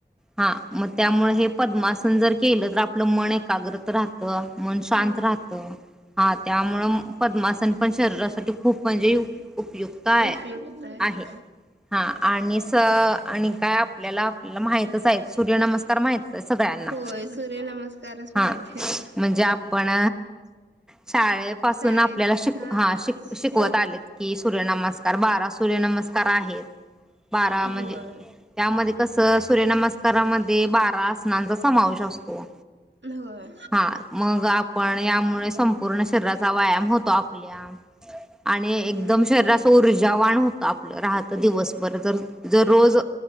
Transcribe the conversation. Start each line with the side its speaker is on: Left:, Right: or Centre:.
Centre: हा मग त्यामुळे हे पद्मासन जर केलं तर आपलं मन एकाग्रत राहत. मन शांत
Right: हा
Centre: राहत हा त्यामुळं. मासां पण शरीरासाठी खूप म्हणजे उपयुक्त आहे
Right: उपयुक्त
Centre: आहे
Right: हो
Centre: हां आणि स आणि काय आपल्याला आपल्याला माहितच आहे सूर्य नमस्कार माहित सगळ्यांना
Right: होय सूर्यनमस्कारच
Centre: हा
Right: माहित आहेच
Centre: म्हणजे आपण शाळे पासून
Right: शाळेत
Centre: आपल्याला शिक हा श
Right: सूर्यनम
Centre: शिकवत आलेत की, सूर्य नमस्कार बारा सूर्यनमस्कार आहेत. बारा म्हणजे
Right: होय
Centre: त्यामध्ये कस सूर्यनमस्कारामध्ये बारा अस लनाचा समावेश असतो.
Right: होय
Centre: हा मग आपण यामुळे संपूर्ण शरीराचा व्यायाम होतो. आपल्या आणि एकदम
Right: हम्म
Centre: शरीरास ऊर्जावाण होत आपलं राहत तर दिवसभर जर जर रोज